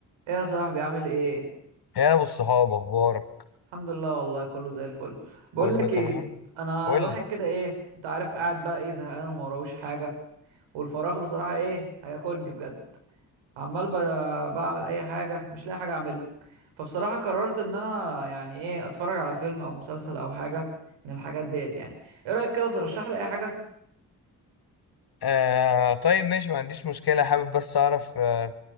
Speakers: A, on the right; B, on the left.
A: ايه يا صاحبي عامل ايه
B: يا ابو الصحاب اخبارك
A: الحمد لله والله كله زي الفل بقول
B: قول
A: لك
B: له تمام
A: ايه انا
B: قول
A: الواحد
B: لي
A: كده ايه انت عارف قاعد بقى ايه زهقان وما وراهوش حاجه والفراغ بصراحه ايه هياكلني بجد عمال ب- بعمل اي حاجه مش لاقي حاجه اعملها فبصراحه قررت ان انا يعني ايه اتفرج على فيلم او مسلسل او حاجه من الحاجات ديت يعني ايه رايك كده ترشح لي اي حاجه
B: آه طيب ماشي ما عنديش مشكله حابب بس اعرف آه